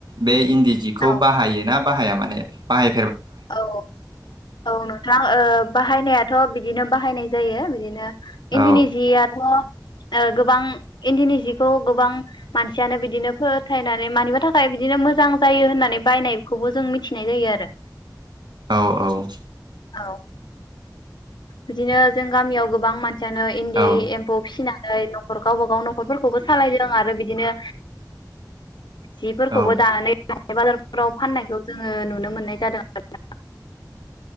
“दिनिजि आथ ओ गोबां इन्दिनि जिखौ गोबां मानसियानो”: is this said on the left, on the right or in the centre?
Left